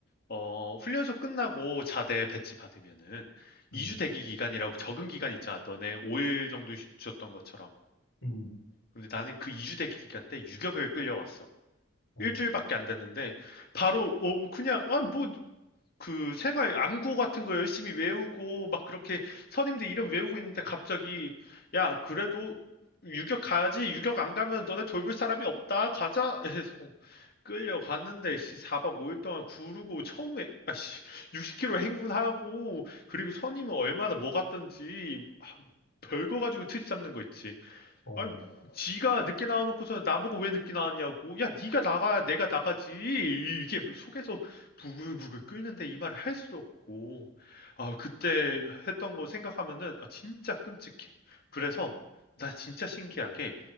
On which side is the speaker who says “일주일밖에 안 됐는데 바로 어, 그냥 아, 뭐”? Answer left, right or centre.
Left